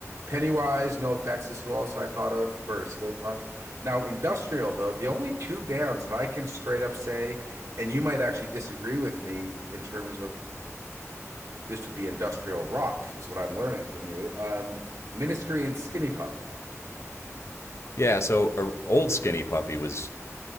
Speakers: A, on the right; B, on the left.
A: Pennywise, No Effects is who else I thought of for skate punk. Now industrial though, the only two bands that I can straight up say, and you might actually disagree with me in terms of this would be industrial rock is what I'm learning from you. Um, Ministry and Skinny Puppy,
B: Yeah, so a old Skinny Puppy was